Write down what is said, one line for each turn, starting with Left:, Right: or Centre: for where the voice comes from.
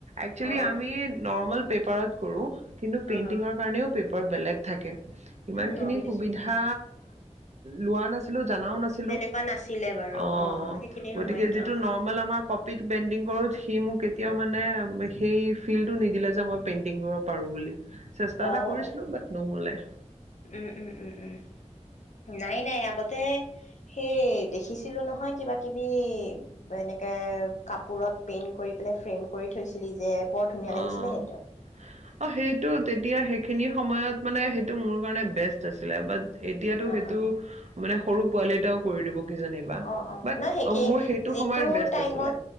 Right: একচেলি
Left: অ
Right: আমি নৰ্মল পেপাৰত কৰোঁ। কিন্তু
Left: অ
Right: পেইণ্টিঙৰ
Left: হ
Right: কাৰণেও পেপাৰ বেলেগ থাকে। ইমানখিনি
Left: উম অভিয়াচলি
Right: সুবিধা
Left: উম
Right: লোৱা নাছিলো। জানাও নাছিলো
Left: তেনেকুৱা নাছিলে বাৰু
Right: অ',
Left: সেইখিনি সময়ত
Right: গতিকে যিটো
Left: অ অ
Right: নৰ্মেল আমাৰ কপা পিক পেইণ্টিং কৰোত সি মোক কেতিয়াও মানে সেই ফিল্ডটো নিদিলে যে মই পেইণ্টিং কৰিব পাৰো বুলি। চেষ্টা এটা
Left: অ
Right: কৰিছিলোঁ
Left: অ
Right: বাট নহ'লে।
Left: উম, উম, উম, উম, নাই, নাই আগতে সেই দেখিছিলো নহয় কিবা কিবি এনেকে কাপোৰত পেইন কৰি পেলাই ফ্ৰেইম কৰি থৈছিলি যে। বৰ ধুনীয়া
Right: অ',
Left: লাগিছিলে সেইটো
Right: অ', সেইটো তেতিয়া সেইখিনি সময়ত। মানে সেইটো মোৰ কাৰণে বেষ্ট আছিলে বাত। এতিয়াতো
Left: অ
Right: সেইটো
Left: অ অ
Right: মানে- সৰু পোৱালি এটাও কৰি দিব। কিজানিবা
Left: অ', অ',
Right: বাট
Left: নাই <unintelligible>
Right: মোৰ সেইটো
Left: যিটো
Right: সময়ৰ বেষ্ট
Left: টাইমত
Right: আছিলে